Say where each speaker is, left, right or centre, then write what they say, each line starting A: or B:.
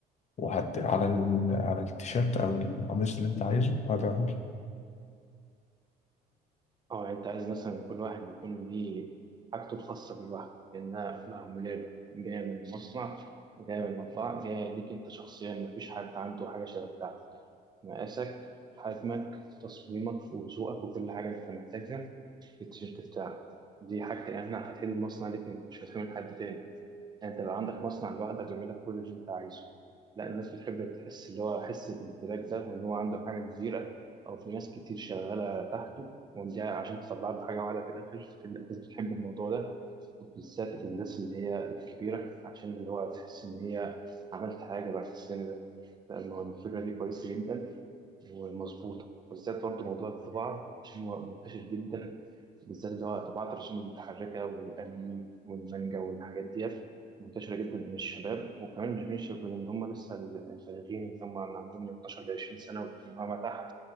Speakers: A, on the left; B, on the right.
A: وهت على ال... على التيشيرت أو القميص اللي أنت عايزه وهبيعهولك
B: اه يعني انت عايز مثلا كل واحد يكون ليه حاجته الخاصه بيه لوحده لانها معموله له جايه من المصنع وجايه من المطبعه جايه ليك انت شخصيا مفيش حد عنده حاجه شبه بتاعتك مقاسك حجمك تصميمك وذوقك وكل حاجه انت محتاجها في التيشيرت بتاعك دي حاجتي انا هتحل المصنع ليك انت مش هتحمل حد تاني انت بقى عندك مصنع لوحدك بيعمل لك كل اللي انت عايزه لا الناس بتحب تحس اللي هو حس الامتلاك ده وان هو عنده حاجه كبيره او في ناس كتير شغاله تحته وده عشان تطلع له حاجه واحده في الاخر في الناس بتحب الموضوع ده وبالذات الناس اللي هي الكبيره عشان اللي هو تحس ان هي عملت حاجه بعد السن ده لأن هو الفكره دي كويسه جدا ومظبوطة بالذات برضه موضوع الطباعة عشان هو منتشر جدا بالذات اللي هو طباعة الرسوم المتحركة والأنمي والمانجا والحاجات ديت منتشرة جدا بين الشباب وكمان مش بين الشباب بين اللي هم لسه ال- البالغين اللي هم اللي عندهم من 12 ل 20 سنة وما تحت